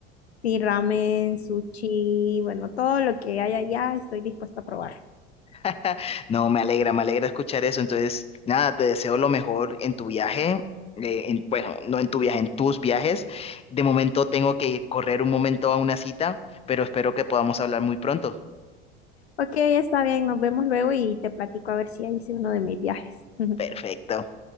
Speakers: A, on the left; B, on the left.
A: Sí, ramen, sushi, bueno, todo lo que haya allá estoy dispuesta a probar.
B: <laughs> No, me alegra, me alegra escuchar eso. Entonces, nada, te deseo lo mejor en tu viaje. eh, en- bueno, no en tu viaje, en tus viajes. De momento tengo que correr un momento a una cita, pero espero que podamos hablar muy pronto.
A: Ok, está bien, nos vemos luego y te platico a ver si hice uno de mis viajes. <laughs>
B: Perfecto.